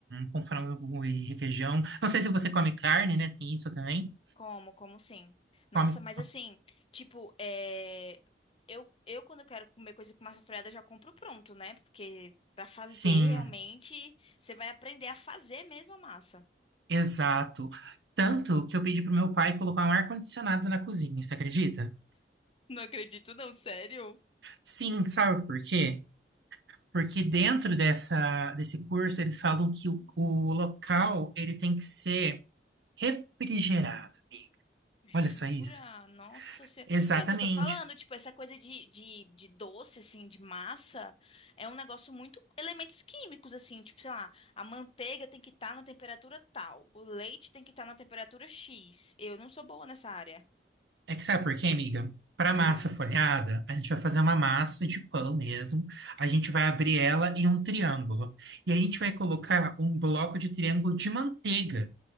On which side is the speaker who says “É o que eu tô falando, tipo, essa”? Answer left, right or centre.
Left